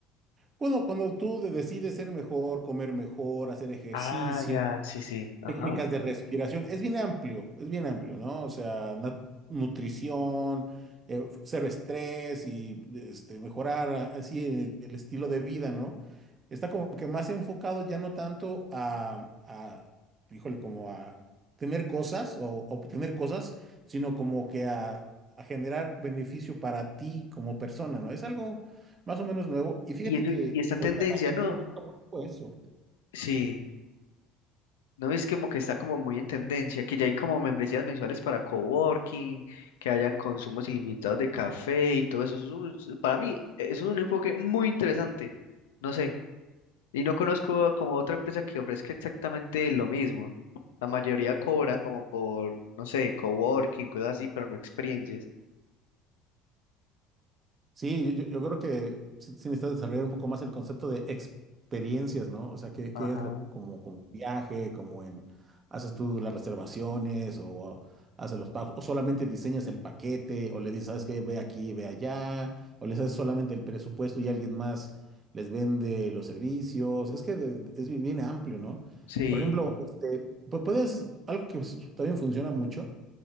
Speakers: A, on the right; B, on the left.
A: Cuando, cuando tú de- decides ser mejor, comer mejor, hacer ejercicio,
B: Ah, ya, sí, sí, ajá.
A: Técnicas de respiración, es bien amplio, es bien amplio, ¿no? O sea, nat- nutrición, eh, cero estrés y este, mejorar a- así el, el estilo de vida, ¿no? Está como que más enfocado ya no tanto a, a, híjole, como a tener cosas o obtener cosas, sino como que a, a generar beneficio para ti como persona, ¿no? Es algo más o menos nuevo. Y fíjate
B: Y, eso-
A: que
B: y está en
A: ahorita
B: tendencia,
A: la gente
B: ¿no?
A: busca mucho eso.
B: sí No es como que está como muy en tendencia, que ya hay como membresías mensuales para coworking, que hayan consumos ilimitados de café y todo eso. Eso es un- es- para mí, eso es un enfoque muy interesante. No sé. Y no conozco como otra empresa que ofrezca exactamente lo mismo. La mayoría cobra como por, no sé, coworking, cosas así, pero no experiencias.
A: Sí, yo, yo- yo creo que sí, sí necesitas desarrollar un poco más el concepto de experiencias, ¿no? O sea, ¿qué,
B: Ajá.
A: qué es lo como, como viaje, como en haces tú las reservaciones o haces los pagos, o solamente diseñas el paquete, o le dices, ¿sabes qué? Ve aquí, ve allá, o les haces solamente el presupuesto y alguien más les vende los servicios. Es que de- es bi- bien amplio, ¿no?
B: Sí,
A: Por ejemplo, este, pu- puedes, algo que s- también funciona mucho